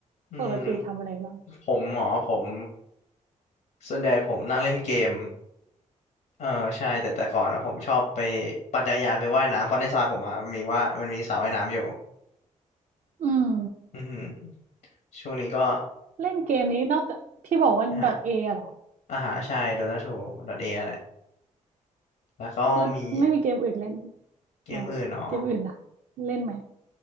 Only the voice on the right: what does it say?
ปกติทำอะไรบ้าง
อืม
เล่นเกมนี้นอกจากที่บอกว่า
dot .a อะเหรอ
แล้วไม่มีเกมอื่นเล่น
ไหมเกมอื่นล่ะเล่นไหม